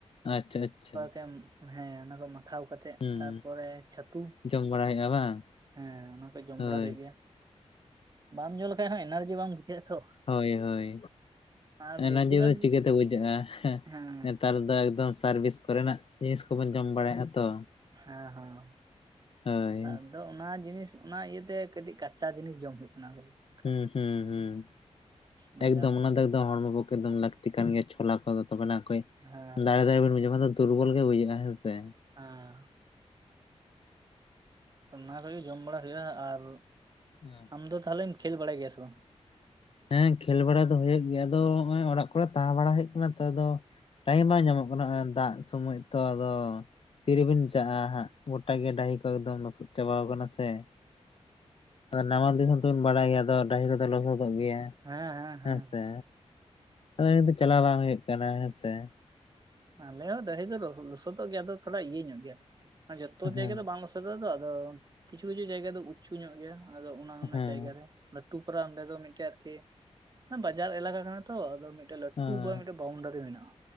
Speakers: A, on the left; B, on the right.
A: ᱟᱪᱪᱷᱟ ᱟᱪᱪᱷᱟ
B: ᱠᱚ ᱦᱮᱸ ᱚᱱᱟ ᱠᱚ ᱢᱟᱠᱷᱟᱣ ᱠᱟᱛᱮ ᱛᱮᱫ
A: ᱦᱩᱸ
B: ᱛᱟᱨᱯᱚᱨᱮ ᱪᱷᱟᱹᱛᱩ
A: ᱡᱚᱢ ᱵᱟᱲᱟ ᱦᱩᱭᱩᱜᱼᱟ ᱵᱟᱝ
B: ᱦᱮᱸ ᱚᱱᱟ ᱠᱚ ᱡᱚᱢ
A: ᱦᱳᱭ
B: ᱵᱟᱲᱟ ᱦᱩᱭᱩᱜ ᱜᱮᱭᱟ ᱵᱟᱢ ᱡᱚᱢ ᱞᱮᱠᱷᱟᱡ ᱦᱚᱸ ᱮᱱᱟᱨᱡᱤ ᱵᱟᱢ ᱵᱩᱡᱷᱟᱹᱜᱼᱟ ᱛᱚ
A: ᱦᱳᱭ ᱦᱳᱭ
B: ᱟᱨ
A: ᱢᱚᱱᱮ
B: ᱵᱮᱥᱤᱨ
A: ᱡᱤᱣᱤ
B: ᱵᱷᱟᱜᱽ
A: ᱪᱤᱠᱟᱹᱛᱮ ᱵᱩᱡᱷᱟᱹᱜᱼᱟ ᱾
B: ᱦᱮᱸ
A: ᱱᱮᱛᱟᱨ ᱫᱚ ᱮᱠᱫᱚᱢ ᱥᱟᱨᱵᱷᱤᱥ ᱠᱚᱨᱮᱱᱟᱜ ᱡᱤᱱᱤᱥ ᱠᱚᱵᱤᱱ ᱡᱚᱢ ᱵᱟᱲᱟᱭ ᱮᱸ ᱛᱚ
B: ᱦᱮᱸ ᱦᱮᱸ
A: ᱦᱳᱭ
B: ᱟᱫᱚ ᱚᱱᱟ ᱡᱤᱱᱤᱥ ᱚᱱᱟ ᱤᱭᱟᱹᱛᱮ ᱠᱟᱹᱴᱤᱡ ᱠᱟᱪᱟ ᱡᱤᱱᱤᱥ ᱡᱚᱢ ᱦᱩᱭᱩᱜ ᱠᱟᱱᱟ ᱾
A: ᱦᱩᱸ ᱦᱩᱸ ᱦᱩᱸ ᱾
B: ᱢᱟᱡᱟᱞ
A: ᱮᱠᱫᱚᱢ ᱚᱱᱟ ᱫᱚ ᱮᱠᱫᱚᱢ ᱦᱚᱲᱢᱚ ᱯᱚᱠᱮ ᱮᱠᱫᱚᱢ ᱞᱟᱹᱠᱛᱤ ᱞᱟᱹᱠᱛᱤ ᱠᱟᱱ ᱜᱮᱭᱟ ᱪᱷᱚᱞᱟ ᱠᱚᱫᱚ ᱛᱚᱵᱮ ᱚᱠᱚᱭ
B: ᱦᱮᱸ
A: ᱫᱟᱲᱮ ᱫᱟᱲᱮ ᱵᱮᱱ ᱵᱩᱡᱷᱟᱹᱣᱟ ᱾ ᱢᱟᱱᱮ ᱫᱩᱨᱵᱚᱞ ᱜᱮ ᱵᱩᱡᱷᱟᱹᱜᱼᱟ ᱦᱮᱸ ᱥᱮ
B: ᱟᱸᱻ ᱚᱱᱟ ᱠᱚᱜᱮ ᱡᱚᱢ ᱵᱟᱲᱟ ᱦᱩᱭᱩᱜᱼᱟ ᱟᱨ
A: ᱦᱩᱸ
B: ᱟᱢ ᱫᱚ ᱛᱟᱦᱚᱞᱮᱢ ᱠᱷᱮᱞ ᱵᱟᱲᱟᱭ ᱜᱮᱭᱟ ᱥᱮ ᱵᱟᱝ?
A: ᱦᱮᱸ ᱠᱷᱮᱞ ᱵᱟᱲᱟ ᱫᱚ ᱦᱩᱭᱩᱜ ᱜᱮᱭᱟ ᱾ ᱟᱫᱚ ᱱᱚᱜᱼᱚᱭ ᱚᱲᱟᱜ ᱠᱚᱨᱮ ᱛᱟᱦᱮᱸ ᱵᱟᱲᱟ ᱦᱩᱭᱩᱜ ᱠᱟᱱᱟ ᱛᱚ ᱟᱫᱚ ᱴᱟᱭᱤᱢ ᱵᱟᱝ ᱧᱟᱢᱚᱜ ᱠᱟᱱᱟ ᱟᱨ ᱫᱟᱜ ᱥᱚᱢᱚᱭ ᱛᱚ ᱟᱫᱚ ᱛᱤᱨᱮᱵᱮᱱ ᱪᱟᱜᱼᱟ ᱦᱟᱸᱜ ᱜᱚᱴᱟ ᱜᱮ ᱰᱟᱹᱦᱤ ᱠᱚ ᱮᱠᱫᱚᱢ ᱞᱚᱥᱚᱫ ᱪᱟᱵᱟᱣ ᱠᱟᱱᱟ ᱥᱮ, ᱟᱫᱚ ᱱᱟᱣᱟ ᱫᱤᱥᱚᱢ ᱫᱚᱵᱟᱧ ᱵᱟᱲᱟᱭ ᱜᱮᱭᱟ ᱟᱫᱚ ᱰᱟᱹᱦᱤ ᱠᱚᱫᱚ ᱞᱚᱥᱚᱫᱚᱜ ᱜᱮᱭᱟ
B: ᱦᱮᱸ ᱦᱮᱸ ᱦᱮᱸ
A: ᱦᱮᱸᱥᱮ <unintelligible> ᱫᱚ ᱪᱟᱞᱟᱣ ᱵᱟᱝ ᱦᱩᱭᱩᱜ ᱠᱟᱱᱟ ᱦᱮᱸᱥᱮ ᱾
B: ᱟᱞᱮ ᱦᱚᱸ ᱰᱟᱹᱦᱤ ᱞᱚᱥᱚᱫᱚᱜ ᱜᱮᱭᱟ ᱟᱫᱚ ᱛᱷᱚᱲᱟ ᱤᱭᱟᱹ ᱧᱚᱜ ᱜᱮᱭᱟ ᱡᱚᱛᱚ
A: ᱦᱮᱸ
B: ᱡᱟᱭᱜᱟ ᱫᱚ ᱵᱟᱝ ᱞᱚᱥᱜᱼ ᱫᱚ ᱟᱫᱚ ᱠᱤᱪᱷᱩ ᱠᱤᱪᱷᱩ ᱡᱟᱭᱜᱟ ᱫᱚ ᱩᱪᱩ ᱧᱚᱜ ᱜᱮᱭᱟ ᱟᱫᱚ ᱚᱱᱟ
A: ᱦᱮᱸ
B: ᱚᱱᱟ ᱡᱟᱭᱜᱟ ᱨᱮ ᱼᱴᱩ ᱯᱟᱨᱟ ᱚᱸᱰᱮ ᱫᱚ ᱢᱤᱫᱴᱮᱡ ᱟᱨᱠᱤ, ᱢᱟᱱᱮ ᱵᱟᱡᱟᱨ ᱮᱞᱟᱠᱟ ᱠᱟᱱᱟ ᱛᱚ ᱟᱫᱚᱴᱮᱡ ᱞᱴᱩ
A: ᱦᱮᱸ
B: ᱯᱟᱨᱟ ᱵᱟᱣᱩᱱᱰᱟᱨᱤ ᱢᱮᱱᱟᱜᱼᱟ